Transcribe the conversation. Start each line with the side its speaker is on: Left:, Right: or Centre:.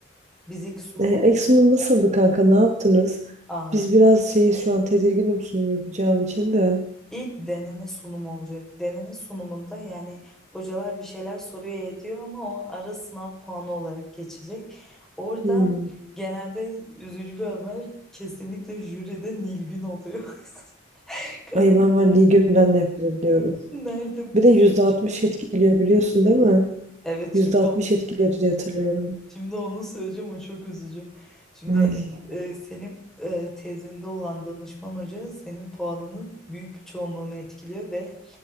Centre: Biz ilk sunuma
Right: E, ilk sunum nasıldı kanka? Ne yaptınız?
Centre: Aa,
Right: Biz biraz şeyiz şu an tedirginim sunum yapacağım için de.
Centre: ilk deneme sunumu olacak. Deneme sunumunda yani hocalar bir şeyler soruyor ediyor ama o ara sınav puanı olarak geçecek. Orada
Right: Hmm.
Centre: genelde üzücü bir haber kesinlikle jüride Nilgün oluyor. <laughs> Kanka
Right: Ay ben var Nilgün'den nefret ediyorum.
Centre: nerede
Right: Bir
Centre: bu?
Right: de yüzde
Centre: iş
Right: altmış
Centre: ya?
Right: etkiliyor biliyorsun değil mi?
Centre: Evet şimdi
Right: %60 etkileri diye hatırlıyorum.
Centre: Şimdi onu söyleyeceğim o çok üzücü. Şimdi
Right: Ay
Centre: e, senin e, tezinde olan danışman hoca senin puanının büyük bir çoğunluğunu etkiliyor ve